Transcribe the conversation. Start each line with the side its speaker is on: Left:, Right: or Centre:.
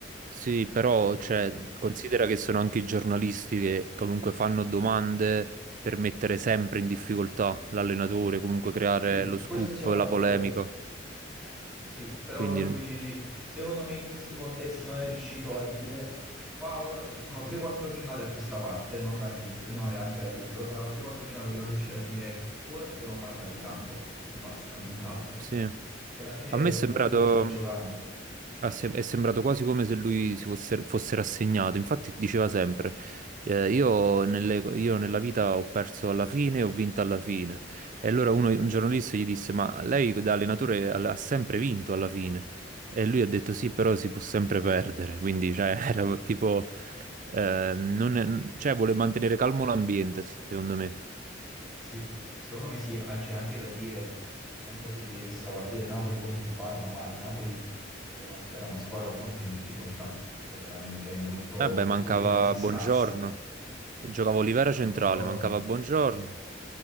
Right: sì, però
Centre: capito?
Right: cioè,
Centre: Quindi
Right: considera che sono anche i giornalisti che comunque fanno domande per mettere sempre in difficoltà l'allenatore, comunque creare
Centre: sì,
Right: lo scoop,
Centre: questo siamo
Right: la
Centre: d'accordo.
Right: polemica.
Centre: Sì,
Right: Eh,
Centre: però
Right: Quindi.
Centre: lui, secondo me, in questi contesti non è riuscito a dire qua ora dobb- sono 3-4 giornate a questa parte, non dall'inizio, prima aveva anche ragione, però sono 3-4 giornate che non è riuscito a dire ora dobbiamo parlare di campo e basta, nient'altro.
Right: Sì.
Centre: Che alla fine
Right: A me
Centre: lo
Right: è sembrato,
Centre: scudetto te lo stai giocando.
Right: ha sem- è sembrato quasi come se lui si fosse, fosse rassegnato. Infatti diceva sempre, eh, io, nelle- io nella vita ho perso alla fine e ho vinto alla fine. E allora uno- un giornalista gli disse, ma lei da allenatore ha, ha sempre vinto alla fine. E lui ha detto sì, però si può sempre perdere. Quindi cioè, <laughs> era tipo, eh, non è- cioè, vuole mantenere calmo l'ambiente, secondo me.
Centre: Sì, secondo me sì, ah, c'è anche da dire che non so se ieri hai visto la partita del Napoli contro il Parma, ma il Napoli è una squ- era una squadra molto in difficoltà, cioè veramente molto,
Right: Vabbè, mancava
Centre: si può dire quasi scarsa,
Right: buongiorno. Giocava
Centre: Sì,
Right: Olivera
Centre: senza
Right: centrale,
Centre: buongiorno.
Right: mancava Buongiorno